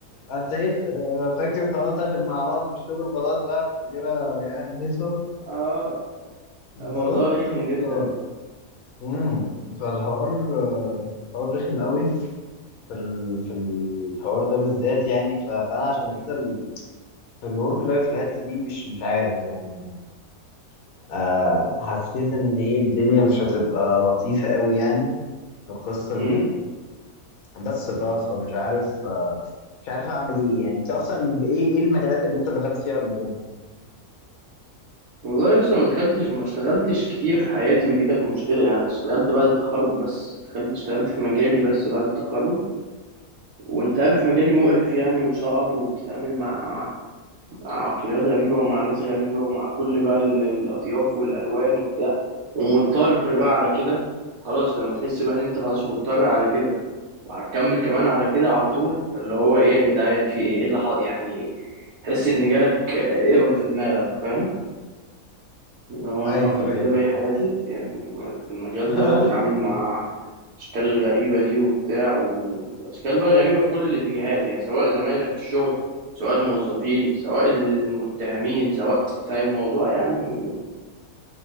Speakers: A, on the left; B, on the right.
A: انت ايه فاكر خلاص عشان مع بعض في الشغل خلاص بقى تفتكرها يعني هيصه
B: <laughs> اه الموضوع
A: خلاص
B: رخم
A: يا اسطى
B: جدا
A: امم فالحوار الحوار رخم قوي في ال... في الحوار ده بالذات يعني ف... فانا عشان كده ال... في الورك لايف في الحته دي مش مش عارف يعني ما... آه حسيت ان ايه الدنيا مش هتبقى لطيفه قوي يعني في القصه
B: امم
A: دي بس بقى فمش عارف آه مش عارف اعمل ايه يعني انت اصلا ايه ايه المجالات اللي انت دخلت فيها قبل كده
B: والله لسه ما دخلتش ما اشتغلتش كتير في حياتي ودي كانت مشكلة يعني انا اشتغلت بعد التخرج بس اشتغلت اشتغلت في مجالي بس بعد التخرج وانت عارف مجالي مقرف يعني وصعب وبتتعامل مع عقليات غريبة ومع ناس غريبة ومع كل بقى ال- الأطياف والألوان وبتاع ومضطر بقى على كده خلاص لما تحس بقى إن أنت خلاص مضطر على كده وهتكمل كمان على كده على طول فاللي هو إيه يا جدعان في إيه إيه اللي حق يعني تحس إن جالك ايرور في دماغك فاهم إن هو
A: ايوه
B: أنا هفضل
A: ايوه
B: كده باقي حياتي يعني في المجال
A: <laughs>
B: ده وأتعامل مع اشكال غريبه دي وبتاع واشكال بقى غريبه في كل الاتجاهات يعني سواء زمايلك في الشغل سواء الموظفين سواء المتهمين سواء فاهم الموضوع يعني